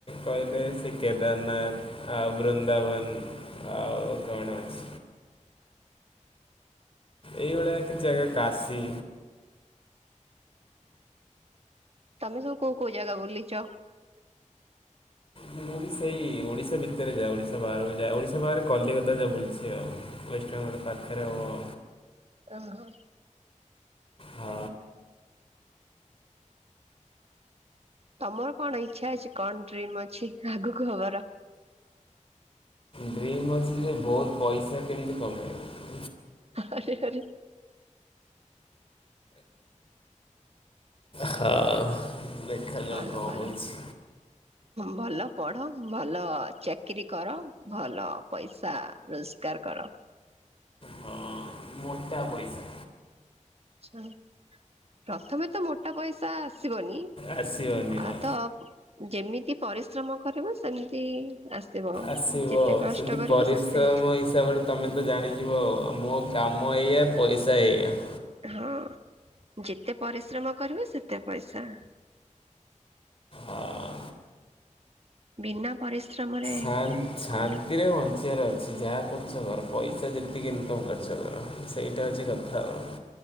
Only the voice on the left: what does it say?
କହିଲେ ସେଇ କେଦାରନାଥ। ଆଉ ବୃନ୍ଦାବନ ଆଉ କଣ ଅଛି। ଏଇଭଳିଆ କିଛି ଜାଗା କାଶୀ
ମୁଁ ବି ସେଇ ଓଡିଶା ଭିତରେ ଯାଏ ଓଡିଶା ବାହହାରକୁ ଯାଏ ଓଡିଶା ବାହାରେ କଲିକତା ଯା ବୁଲଚି ଆଉ। ରେସଟୁରାଣ୍ଡ ମୋର ପାଖରେ ହବ।
ଆ
ଡ୍ରିମ୍ ମଛି ଜେ ବହୁତ ପଇସା କେମିତି କମେଇବ।
ହଁ ହୋଉ ଦେଖାଯାଉ
କଣ
ହଉଚି।
ହଁ ମୋଟା ପଇସା।
ଆସିବନି ହଁ।
ଆସିବ
ସେମିତି
ପରିଶ୍ରମ
ହିସାବରେ ତମେ ତ ଜାଣିଯିବ ଆଉ ମୋ କାମ ଏଇଆ ପଇସା ଏଇଆ।
ଅଁ।
ଶାନ୍ତ
ଶାନ୍ତିରେ ବଞ୍ଚିବାର ଅଛି ଯାହା କରୁଚ କଁର ପଇସା ଯେତିକି ଇନକମ୍ କରିୁଚ କର ସେଇଟା ହେଉଛି କଥା ଆଉ।